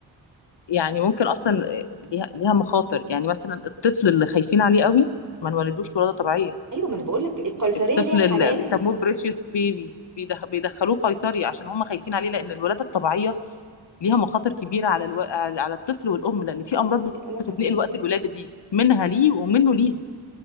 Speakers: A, on the left (about 60°); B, on the right (about 40°).
A: يعني ممكن أصلا ليها ليها مخاطر يعني مثلا الطفل اللي خايفين عليه قوي ما نولدوش ولادة طبيعية
B: ايوه ما انا بقول لك القيصريه
A: الطفل
B: ليها حالات
A: اللي بيسموه بريشيوس بيبي بيدخلوه قيصري عشان هم خايفين عليه لأن الولادة الطبيعية ليها مخاطر كبيرة على الو... على على الطفل والأم لأن في
B: يا
A: أمراض
B: بنتي انا فاهماكي
A: بتتنقل وقت الولادة دي منها ليه ومنه ليها